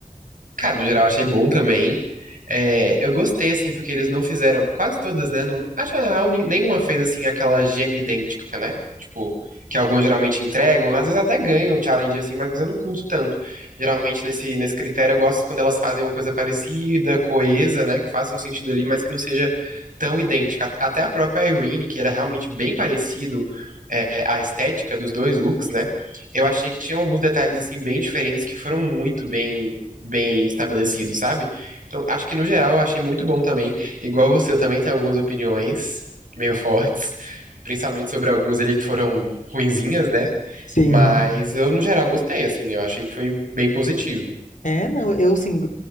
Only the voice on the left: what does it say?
Sim.
É, não, eu assim,